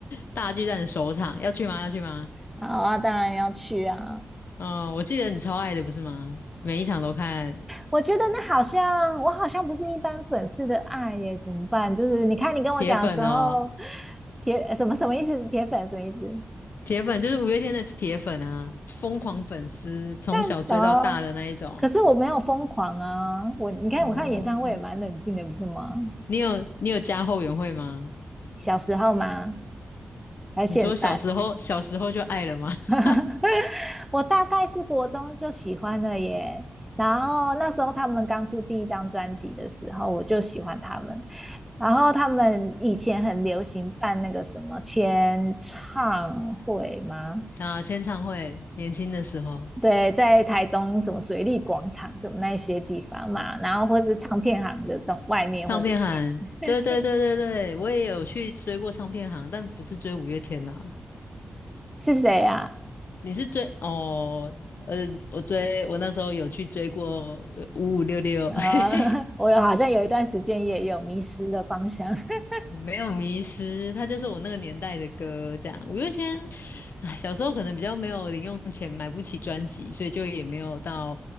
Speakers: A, on the left; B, in the centre.
A: 大巨蛋的首场要去吗？要去吗？
B: <laughs> 好啊，当然要去啊。
A: 哦，我记得你超爱的不是吗？每一场都看，
B: 我觉得那好像我好像不是一般粉丝的爱耶，怎么办？就是你看你跟我讲的时候，
A: 铁粉哦，
B: 铁呃什么什么意思？铁粉什么意思？
A: 铁粉就是五月天的铁粉啊，疯狂粉丝，从小追到大的那一种。
B: 但哦，可是我没有疯狂啊！我你看我看演唱会也蛮冷静的，
A: 哦，
B: 不是吗？
A: 你有你有加后援会吗？
B: 小时候吗？还是现在？
A: 你说小时候小时候就爱了吗？
B: <laughs>
A: <laughs>
B: 我大概是国中就喜欢了耶。然后那时候他们刚出第一张专辑的时候，我就喜欢他们。然后他们以前很流行办那个什么签唱会吗？
A: 啊，签唱会，年轻的时候，
B: 对，在台中什么水利广场什么那些地方嘛，然后或是唱片行的中外面或里
A: 唱片行，
B: 面，
A: 对对对对对，我也有去追过唱片行，但不是追五月天啦，
B: <laughs> 是谁啊？
A: 你是追哦，呃，我追我那时候有去追过五五六六，
B: 呃，
A: <laughs>
B: <laughs> 我有好像有一段时间也有迷失的方向。<laughs>
A: 没有迷失，它就是我那个年代的歌。这样，五月天，唉，小时候可能比较没有零用钱，买不起专辑，所以就也没有到